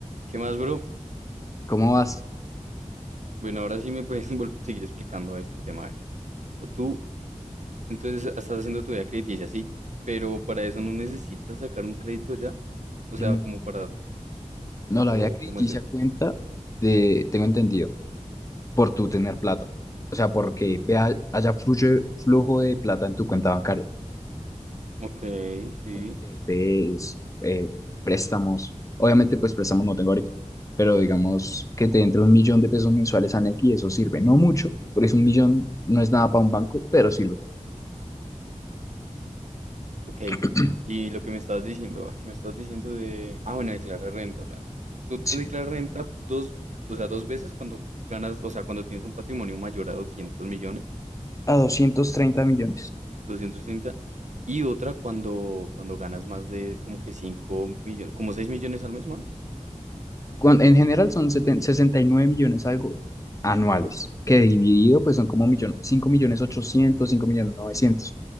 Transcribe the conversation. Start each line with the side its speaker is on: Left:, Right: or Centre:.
Right: ¿Qué más, bro?
Left: ¿Cómo vas?
Right: Bueno, ahora sí me puedes <laughs> vol- seguir explicando a este tema. A ver, O tú entonces estás haciendo tu vida crediticia, sí, pero para eso no necesitas sacar un crédito ya. O
Left: No,
Right: sea, como para,
Left: no la
Right: o
Left: había que
Right: ¿cómo es
Left: se
Right: eso?
Left: cuenta de, tengo entendido, por tu tener plata. O sea, porque vea, haya flujo flujo de plata en tu cuenta bancaria.
Right: Ok, sí,
Left: CDTs, eh, préstamos. Obviamente, pues préstamos no tengo ahorita. Pero digamos que te entre un millón de pesos mensuales a Nequi, eso sirve. No mucho, pero es un millón, no es nada para un banco, pero sirve.
Right: ok.
Left: <clears throat>
Right: Y lo que me estás diciendo, ah, que me estás diciendo de, ah, bueno, declarar renta, o sea, tú
Left: Sí.
Right: te declaras renta dos, o sea, dos veces cuando ganas, o sea, cuando tienes un patrimonio mayor a doscientos millones
Left: A 230 millones.
Right: doscientos treinta Y otra cuando, cuando ganas más de como que 5 millones, como 6 millones al mes más.
Left: cuan- en general son seten- 69 millones algo anuales, que dividido pues son como millón, 5 millones 800 5 millones novecientos